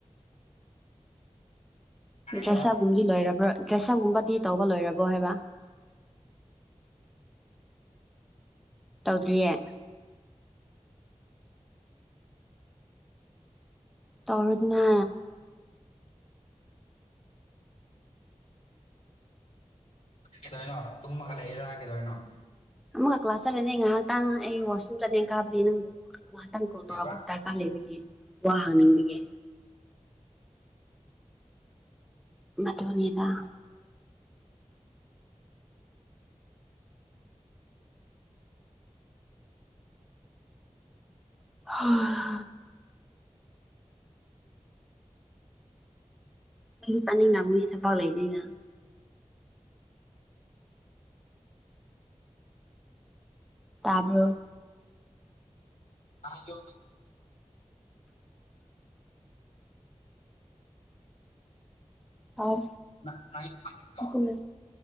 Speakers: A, on the left (about 75°); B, in the centre.
A: ꯀꯩ ꯍꯥꯏꯕ
B: ꯆꯁꯥꯒꯨꯝꯗꯤ ꯂꯣꯏꯔꯕ꯭ꯔꯥ ꯗ꯭ꯔꯦꯁꯑꯞꯒꯨꯝꯕꯗꯤ ꯇꯧꯕ ꯂꯣꯏꯔꯕꯣ ꯍꯥꯏꯕ ꯇꯧꯗ꯭ꯔꯤꯌꯦ ꯇꯧꯔꯗꯨꯅ
A: ꯀꯩꯗꯣꯏꯅꯣ ꯇꯨꯝꯃꯒ ꯂꯩꯔꯛ ꯀꯦꯗꯣꯏꯅꯣ
B: ꯑꯃꯨꯛꯀ ꯀ꯭ꯂꯥꯁ ꯆꯠꯂꯦꯅꯦ ꯑꯩ ꯉꯥꯏꯍꯥꯛꯇꯥꯡ ꯑꯩ ꯋꯥꯁꯔꯨꯝ ꯆꯠꯂꯦꯅ ꯀꯥꯕꯗꯤ ꯅꯪ ꯈꯤꯇꯪ ꯀꯣ
A: ꯀꯩꯕ
B: ꯇꯧꯔꯛꯄ ꯗꯔꯀꯥꯔ ꯂꯩꯕꯒꯤ ꯋꯥ ꯍꯥꯡꯅꯤꯡꯕꯒꯤ ꯃꯗꯨ ꯃꯅꯤꯗ ꯍꯣꯏ ꯍ ꯑꯩ ꯇꯅꯤ ꯉꯕꯨ ꯊ ꯐ ꯂꯩꯅꯤꯅ ꯇꯕꯔꯣ
A: ꯑ ꯌ
B: ꯑꯥꯎ
A: ꯅꯪ ꯅꯪ ꯌꯨꯝ ꯄꯥꯟꯗ꯭ꯔꯤꯕꯣ
B: ꯅꯣꯃꯦ